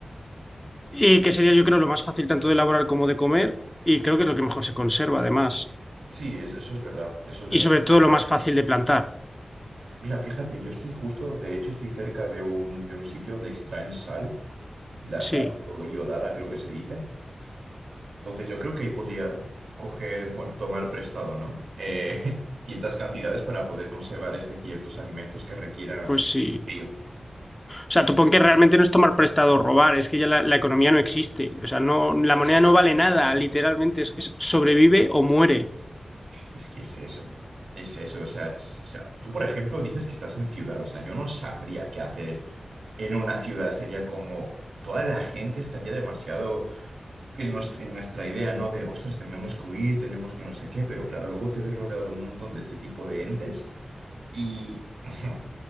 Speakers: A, on the left; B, on the right.
A: y que sería yo creo lo más fácil tanto de elaborar como de comer, y creo que es lo que mejor se conserva además.
B: sí, es- eso es verdad, eso es
A: Y
B: verdad.
A: sobre todo lo más fácil de plantar.
B: Mira, fíjate, yo estoy justo, de hecho, estoy cerca de un, de un sitio donde extraen sal, la
A: Sí,
B: sal iodada, creo que se dice. Entonces yo creo que ahí podría coger, bueno, tomar prestado, ¿no? Eh, <laughs> ciertas cantidades para poder conservar este ciertos alimentos que requieran
A: pues sí.
B: frío.
A: O sea, supongo que realmente no es tomar prestado o robar, es que ya la, la economía no existe. O sea, no, la moneda no vale nada, literalmente es- es sobrevive o muere.
B: Es que es eso, es eso, o sea, es- o sea, tú por ejemplo dices que estás en ciudad, o sea, yo no sabría qué hacer en una ciudad, sería como toda la gente estaría demasiado en, nuestro- en nuestra idea, ¿no? De, ostras, tenemos que huir, tenemos que no sé qué, pero claro, luego te ves rodeado de un montón de este tipo de entes. Y <laughs>